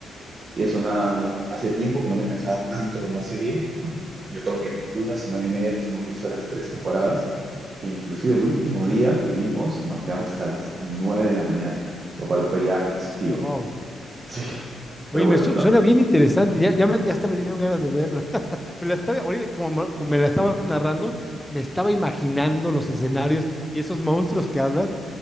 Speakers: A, on the right; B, in the centre.
A: Y es una... Hace tiempo que no me enganchaba tanto con una serie. Yo creo que en una semana y media nos hemos visto las tres temporadas. E inclusive el último día que vimos nos quedamos hasta las 9 de la mañana, lo cual fue ya excesivo.
B: wow.
A: Sí. Pero
B: Oye,
A: bueno,
B: me su-
A: no,
B: suena bien interesante. Ya, ya, me- ya hasta me dieron ganas de verla. <laughs> Me la estaba, ahorita como me, como me la estabas narrando, me estaba imaginando los escenarios y esos monstruos que hablas,